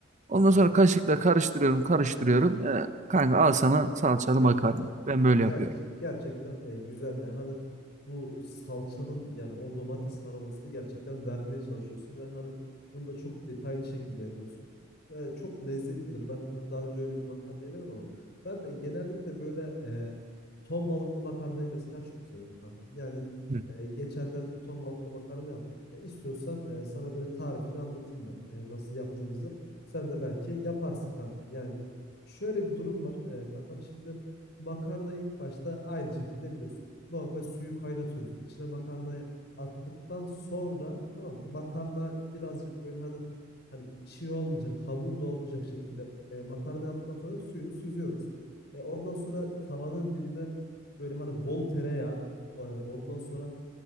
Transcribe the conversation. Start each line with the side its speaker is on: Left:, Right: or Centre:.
Right: Ondan
Left: hı
Right: sonra
Left: hı.
Right: kaşıkla karıştırıyorum, karıştırıyorum. E, kanka al sana salçalı
Left: Ya,
Right: makarna. Ben
Left: ya
Right: böyle
Left: ger-
Right: yapıyorum.
Left: gerçekten e, güzel ya. Hani bu salçanın yani o domatesin aromasını gerçekten vermeye çalışıyorsun ve hani bunu da çok detaylı şekilde yapıyorsun. Ve çok lezzetlidir. Ben hani daha önce öyle bir makarna yemedim ama ben e, genellikle böyle e, ton balıklı makarnayı mesela çok seviyorum kankam. Yani
Right: Hı.
Left: e, geçenlerde bir ton balıklı makarna yaptık. Ya istiyorsan e, sana böyle tarifini anlatayım ben e, nasıl yaptığımızı. Sen de belki yaparsın kankam. Yani şöyle bir durum var e, kankam şimdi Makarna ilk başta aynı şekilde biliyorsun. Normal suyu kaynatıyoruz. İçine makarnayı attıktan sonra tamam mı? makarna birazcık böyle hani hani çiğ olmayacak, hamur da olmayacak şekilde e, makarnayı aldıktan sonra suyunu süzüyoruz. E, ondan sonra tavanın dibine böyle hani bol tereyağı, e, ondan sonra